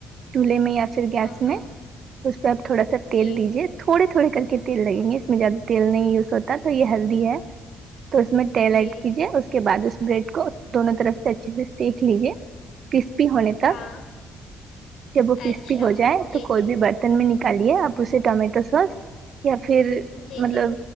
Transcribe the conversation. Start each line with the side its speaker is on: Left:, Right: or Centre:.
Right: چولہے میں یا
Left: ہوں
Right: گیس
Left: ہوں
Right: میں اس پہ آپ تھوڑا سا تیل
Left: جی
Right: دیجیے تھوڑے تھوڑے کر کے تیل لگیں گے اس میں زیادہ تیل نہیں یوز ہوتا تو یہ ہیلدی ہے تو اس میں تیل ایڈ
Left: جی
Right: کیجیے اس کے بعد اس بریڈ کو دونوں طرف سے اچھے سے سینک لیجے کرسپی ہونے تک
Left: ہاں
Right: جب وہ کرسپی
Left: اچھا
Right: ہو جائے
Left: جی
Right: تو کوئی
Left: جی
Right: بھی برت ن میں نکالے آپ اسے ٹمیٹو سوس یا فیر
Left: جی
Right: مطلب
Left: جی